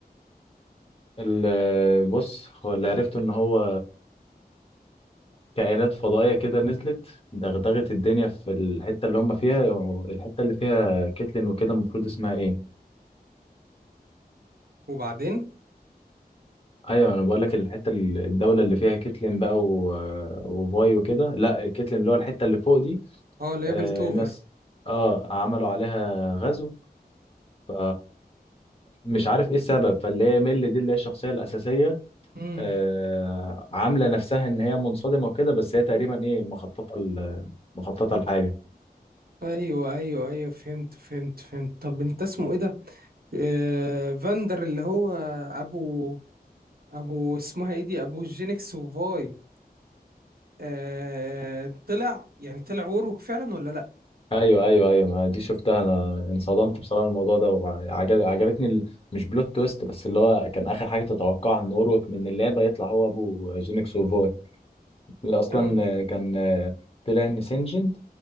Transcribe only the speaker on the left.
ال- بص هو اللي عرفته ان هو كائنات فضائيه كده نزلت دغدغت الدنيا في الحته اللي هم فيها الحته اللي فيها كيتلين وكده المفروض اسمها ايه
ايوه انا بقول لك الحته ال- الدوله اللي فيها كيتلين بقى و... وفاي وكده لا كيتلين اللي هو الحته اللي فوق دي
آه
ناس اه عملوا عليها غزو ف مش عارف ايه السبب فاللي هي ميل دي اللي هي الشخصيه الاساسيه
آه عامله نفسها ان هي منصدمه وكده بس هي تقريبا ايه مخططه ل- مخططه لحاجه
ايوه ايوه ايوه ما دي شفتها انا انصدمت بصراحه من الموضوع ده وعجب عجبتني ال... مش بلوت تويست بس اللي هو كان اخر حاجه تتوقعها ان اوروك من اللعبه يطلع هو ابو جينكس وفوي اللي اصلا
كان طلع ان سينجنت